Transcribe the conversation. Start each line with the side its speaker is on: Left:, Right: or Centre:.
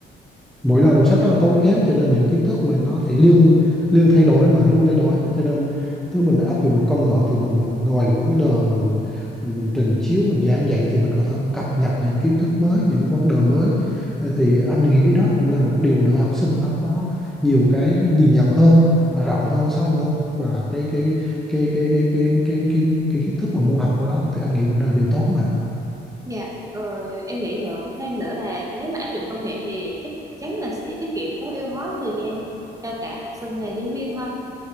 Centre: mỗi lần đọc sách rất là tốn kém cho nên những kiến thức mà nó thì liên liên thay đổi mà luôn thay đổi cho nên nếu mình áp dụng một công nghệ thì mình ngồi vấn đề mà mình mình mình trình chiếu mình giảng dạy thì mình có thể cập nhật những kiến thức mới những vấn đề mới Ờ, thì anh nghĩ cái đó cũng là một điều để học sinh nó có nhiều cái nhìn nhận hơn rộng hơn sâu hơn và cái cái cái cái cái cái cái cái, cái, cái kiến thức mà môn học của đó thì anh nghĩ cũng là điều tốt mà
Right: dạ rồi em nghĩ nữa thêm nữa là nếu mà áp dụng công nghệ thì chắc chắn là sẽ tiết kiệm tối ưu hóa thời gian cho cả học sinh và giáo viên hơn